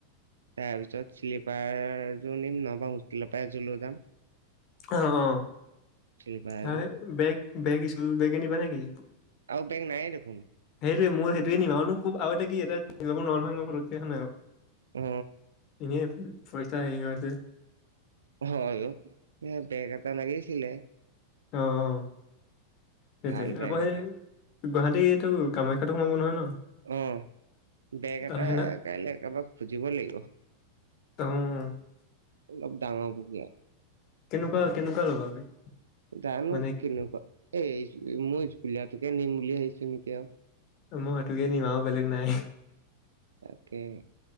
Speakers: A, on the right; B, on the left.
A: তাৰ পিছত শ্লিপাৰযোৰ নিম নহবা হোষ্টেলৰ পৰা এযোৰ লৈ যাম।
B: অ অ
A: শ্লিপাৰ
B: সেই
A: এযোৰ
B: বেগ বেগ স্কুল বেগে নিবা নে কি?
A: আৰু বেগ নাই দেখোন।
B: সেইটোৱে মইও সেইটোৱেই নিম আৰুনো কৌপা আও এতিয়া কি এতিয়া কিনি ল'ব নোৱাৰো নহয় মই ফতকে হয় নাই বাও?
A: অ
B: এনে পইচা হেৰি হৈ আছে।
A: হয় অ এ বেগ এটা লাগিছিলে
B: অ অ সেইটো
A: ভাল বেগ
B: আকৌ সেই
A: এটা
B: গুৱাহাটী এইটো কামাখ্যাটো সোমাব নহয় ন?
A: অহ বেগ
B: ত
A: এটা
B: সেইদিনা
A: কাইলে কাৰোবাক খুজিব লাগিব।
B: অম
A: অলপ ডাঙৰ বকীয়া।
B: কেনেকুৱা কেনেকুৱা লগাবি
A: জানো
B: মানে
A: কেনেকুৱা এই স্কুলীয়াটোকে নিম বুলি ভাবিছো নেকি আৰু
B: মই সেইটোকে নিম আও আৰু বেলেগ নাই
A: তাকে